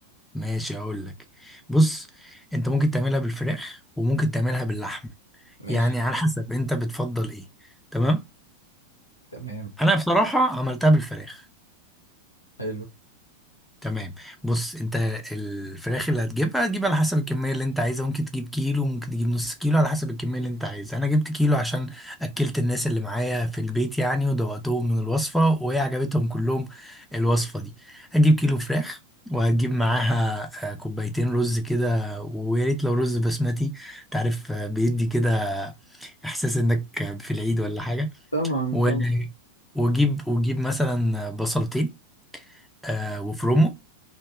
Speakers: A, in the centre; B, on the left.
A: ماشي أقول لك بص أنت ممكن تعملها بالفراخ وممكن تعملها باللحمة
B: ماشي
A: يعني على حسب أنت بتفضل إيه تمام
B: تمام
A: أنا بصراحة عملتها بالفراخ
B: حلو
A: تمام بص انت الفراخ اللي هتجيبها هتجيب على حسب الكميه اللي انت عايزها ممكن تجيب كيلو ممكن تجيب نص كيلو على حسب الكميه اللي انت عايزها انا جبت كيلو عشان اكلت الناس اللي معايا في البيت يعني ودوقتهم من الوصفه وهي عجبتهم كلهم الوصفه دي هتجيب كيلو فراخ وهتجيب معاها آه، كوبايتين رز كده ويا ريت لو رز بسمتي تعرف آه، بيدي كده احساس انك في العيد ولا حاجه
B: طبعا
A: و...
B: طبعا
A: وجيب وجيب مثلا بصلتين آه، وفرومه